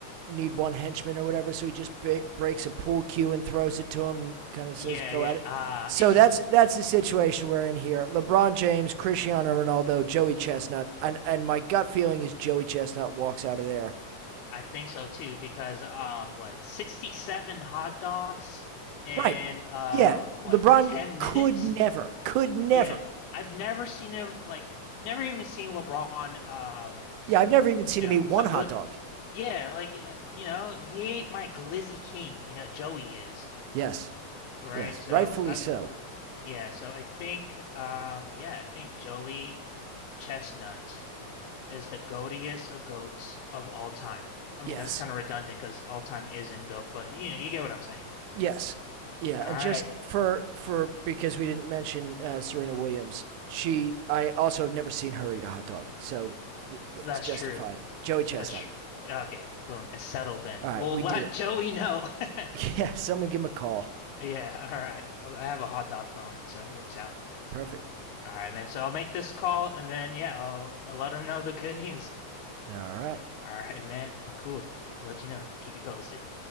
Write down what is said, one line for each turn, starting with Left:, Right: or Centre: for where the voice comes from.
Right: need one henchman or whatever, so he just ba- breaks a pool cue and throws it to him, and kind
Left: Yeah,
Right: of says, "Go at it."
Left: yeah.
Right: So that's
Left: Uh <laughs>
Right: that's the situation we're in here. LeBron James, Cristiano Ronaldo, Joey Chestnut, and and my gut feeling is Joey Chestnut walks out of there.
Left: I think so too because um what, 67 hot dogs in
Right: Right.
Left: uh
Right: Yeah,
Left: what,
Right: LeBron
Left: 10
Right: could
Left: minutes?
Right: never, could never
Left: Yeah. I've never seen him like never even seen LeBron um
Right: Yeah, I've never even seen
Left: you know,
Right: him eat one
Left: some
Right: hot
Left: gl
Right: dog.
Left: yeah, like yeah, you know, he ain't my glizzy king, you know, Joey is,
Right: Yes,
Left: right?
Right: yes,
Left: So
Right: rightfully
Left: I
Right: so.
Left: yeah, so I think um yeah, I think Joey Chestnut is the goatiest of goats of all time. I mean,
Right: Yes,
Left: that's kind of redundant because all time is in goat, but you know, you get what I'm saying.
Right: yes, yeah.
Left: All
Right: And
Left: right,
Right: just for for because we didn't mention uh, Serena Williams, she I also have never seen her eat a hot dog, so th- that's
Left: that's
Right: justified.
Left: true.
Right: Joey Chestnut.
Left: That's true. Okay, boom, it's settled then.
Right: All right,
Left: We'll
Right: we
Left: <laughs> let
Right: did it.
Left: Joey know. <laughs>
Right: <laughs> Yeah, someone give him a call.
Left: Yeah, all right. I have a hot dog phone, so it works out.
Right: Perfect.
Left: All right, man. So I'll make this call and then, yeah, I'll, I'll let them know the good news.
Right: All right.
Left: All right, man. Cool. I'll let you know. Keep you posted.